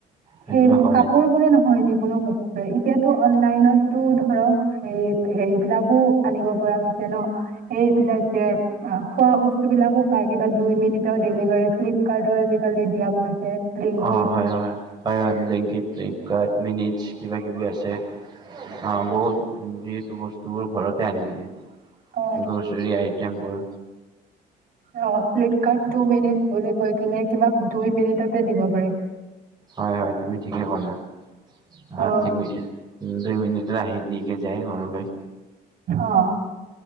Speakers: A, on the right; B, on the right.
A: সেইটো
B: সেই
A: হয়
B: কাপোৰ বোলি নহয় যিকোনো বস্তু। হয়, এতিয়াতো অনলাইনতটো ধৰক হে- হেৰিবলাকো আনিব পৰা হৈছে ন' এইবিলাক যে অ' খোৱা বস্তু বিলাকো পাই কিবা দুই মিনিটৰ ডেলিভাৰী ফ্লিপকাৰ্টৰ আজিকালি দিয়া কৰিছে। ব্লিংকিত
A: অ' হয় হয় হয়ক‌ ব্লিঙ্কিট, ফ্লিপকাৰ্ট মিনিটছ কিবা কিবি আছে। অ' বহুত, যিহেতু বস্তুবোৰ ঘৰতে আনি দিয়ে।
B: অ
A: গ্ৰছৰী আইটেমবোৰ।
B: অ' ফ্লিপকাৰ্ট টু মিনিট বুলি কৈ কিনে, কিবা দুই মিনিটতে দিব পাৰি।
A: হয় হয়, তুমি ঠিকেই ক'লা আহ
B: অ
A: তুমি, উম দুই মিনিটতে আহি দি কে যায় ঘৰলৈ।
B: অ